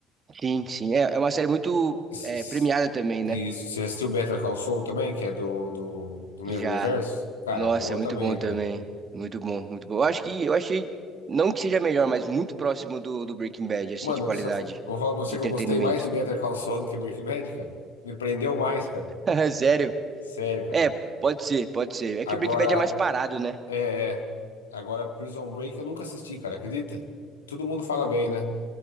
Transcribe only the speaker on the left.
Esses-
E
você assistiu Better Call Saul também, que é do, do, do
mesmo universo? Cara,
é boa
também,
velho.
Mano,
se eu, fa- eu vou falar pra
você
que eu gostei mais de Better Call Saul do que Breaking Bad, cara. Me prendeu mais, cara.
Sério, cara.
Agora,
é, é. Agora, Prison Break eu nunca assisti, cara, acredita? Todo mundo fala bem, né?